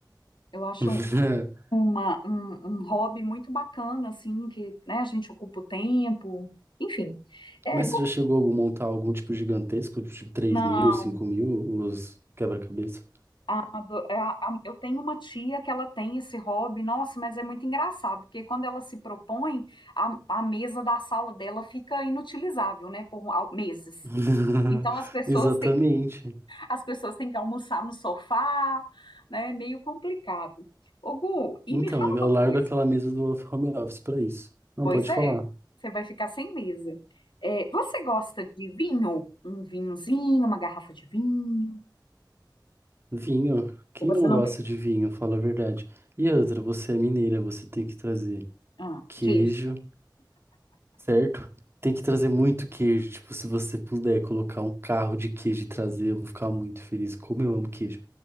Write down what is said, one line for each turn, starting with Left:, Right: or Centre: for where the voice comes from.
Left: Eu acho
Right: <laughs>
Left: uma, um, um hobby muito bacana, assim, que, né, a gente ocupa o tempo, enfim. É,
Right: Mas
Left: go-
Right: você já chegou a algum- montar algum tipo gigantesco, tipo três
Left: não,
Right: mil, cinco mil, os quebra-cabeça?
Left: a a- a- eu tenho uma tia que ela tem esse hobby, nossa, mas é muito engraçado, porque quando ela se propõe, a, a mesa da sala dela fica inutilizável, né, por al- meses.
Right: <laughs>
Left: Então as pessoas
Right: Exatamente.
Left: as pessoas têm que almoçar no sofá, né? É meio complicado. Ô, Gu, e
Right: Então,
Left: me fala
Right: eu
Left: uma
Right: largo
Left: coisa.
Right: aquela mesa do home office pra isso. Não,
Left: Pois
Right: pode
Left: é,
Right: falar.
Left: você vai ficar sem mesa. É, você gosta de vinho? Um vinhozinho, uma garrafa de vinho?
Right: Vinho. Quem
Left: Ou você
Right: não
Left: não
Right: gosta
Left: bebe?
Right: de vinho, fala a verdade. E outra, você é mineira, você tem que trazer
Left: Ah,
Right: queijo,
Left: queijo.
Right: certo? Tem que trazer muito queijo. Tipo, se você puder colocar um carro de queijo e trazer, eu vou ficar muito feliz. Como eu amo queijo.